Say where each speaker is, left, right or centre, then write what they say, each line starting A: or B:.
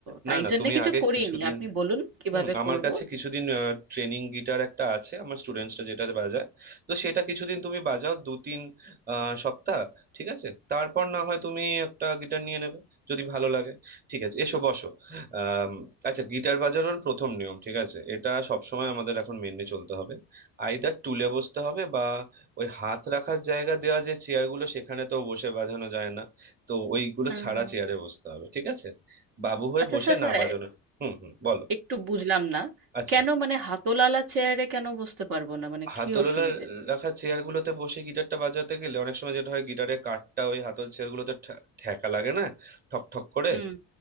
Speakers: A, on the right (about 50°); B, on the right (about 20°).
A: তাই
B: না না
A: জন্য
B: তুমি
A: কিছু
B: আগে
A: করিনি
B: কিছুদিন
A: আপনি বলুন কিভাবে
B: হুম আমার
A: করব
B: কাছে কিছুদিন ট্রেনিং গিটার একটা আছে আমার স্টুডেন্টসরা যেটা বাজায় তো সেটা কিছুদিন তুমি বাজাও দু তিন আহ, সপ্তাহ ঠিক আছে তারপর না হয় তুমি একটা গিটার নিয়ে নেবে যদি ভালো লাগে ঠিক আছে এসো বসো আম, আচ্ছা গিটার বাজানোর প্রথম নিয়ম ঠিক আছে এটা সবসময় আমাদের এখন মেনে চলতে হবে আইদার টুলে বসতে হবে বা ওই হাত রাখার জায়গা দেওয়া যে চেয়ারগুলো সেখানে তো বসে বাজানো যায় না তো ওইগুলো
A: আহ,
B: ছাড়া চেয়ারে বসতে হবে ঠিক আছে বাবু হয়ে
A: আচ্ছা
B: বসে
A: স্যার স্যার
B: না বাজানো হুম হুম বলো
A: একটু বুঝলাম না
B: আচ্ছা
A: কেন মানে হাতলালা চেয়ারে কেন বসতে পারবো না মানে
B: হাতলওয়ালা
A: কি অসুবিধে
B: রাখা চেয়ারগুলোতে বসে গিটারটা বাজাতে গেলে অনেক সময় যেটা হয় গিটারের কাঠটা ওই হাতল চেয়ারগুলোতে ঠ্যা- ঠেকা লাগে না ঠক ঠক করে
A: হুম